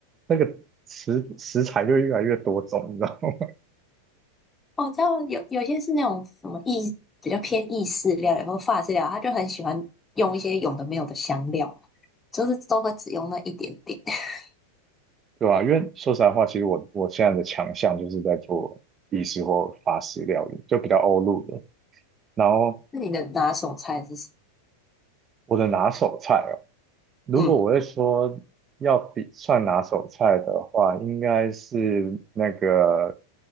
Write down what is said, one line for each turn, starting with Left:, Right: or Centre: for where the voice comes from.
Right: 那个食食材就越来越多种，你知道吗？
Left: 我知道有有些是那种什么意比较偏意式料然或法式料理，他就很喜欢用一些有的没有的香料，就是都会只用那一点点。<laughs>
Right: <laughs> 对吧、因为说实在话，其实我我现在的强项就是在做意式或法式料理，就比较欧陆的。然后
Left: 那你的拿手菜是什么
Right: 我的拿手菜哦如果我会说要比算拿手菜的话，
Left: 嗯，
Right: 应该是那个